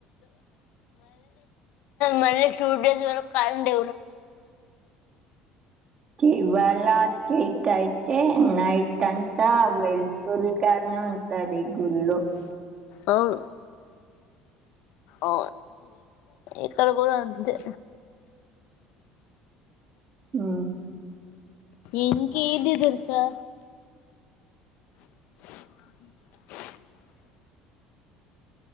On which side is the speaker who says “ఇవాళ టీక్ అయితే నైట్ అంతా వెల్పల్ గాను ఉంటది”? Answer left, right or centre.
Right